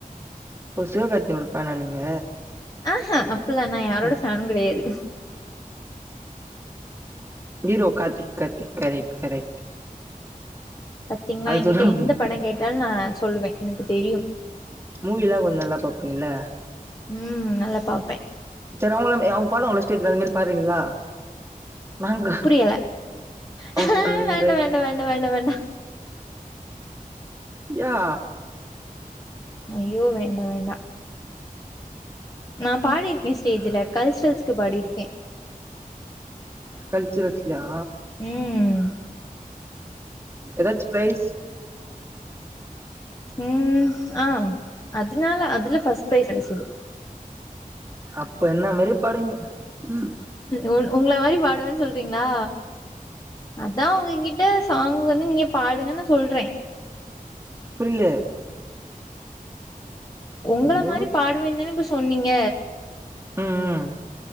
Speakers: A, on the right; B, on the left.
A: ஓ சிவகார்த்தினோட ஃபேனா நீங்க
B: ஆஹா அப்பல்லா நா யாரோட
A: ம்
B: ஃபேனு கடையாது
A: hero Karthik Karthik correct correct
B: பத்திங்ளா
A: அது
B: எங்கிட்ட
A: சொல்லாம
B: எந்த படங் கேட்டால் நா சொல்லுவே எனுக்கு தெரியு
A: மூவிலா கொஞ் நல்லா பாப்பீங்கலா
B: ம் நல்லா பாப்பே
A: செரி அவுங்ளம் எ அவுங் பாடுவாங்கல்ல ஸ்டேஜ்ல அதுமாரி பாடுறீங்களா நாங்க
B: புரியல
A: அவுஸ்
B: வேண்டா
A: அந்த
B: வேண்டா வேண்டா வேண்டா வேண்டா
A: யா
B: அய்யோ வேண்டா வேண்டா நா பாடிருக்கே ஸ்டேஜ்ல கல்ஸ்ரல்ஸ்க்கு பாடியிருக்கே
A: கல்ச்சரல்ஸ்லயா
B: ம்
A: எதாச்சு ப்ரைஸ்
B: ம் ஆ அதனால அதுல ஃபர்ஸ்ட் பிரைஸ் கெடச்சிது
A: அப்ப என்ன மாரி பாடுவீங்க ம்
B: உ உங்கள மாரி பாடுவன் சொல்றிங்களா அதா உங்ககிட்ட சாங் வந்து நீங்க பாடுங்கன் நா சொல்றே
A: புரில
B: உங்கள
A: ஹலோ
B: மாரி பாடுவேன்னு தான இப்ப சொன்னீங்க
A: ம் ம்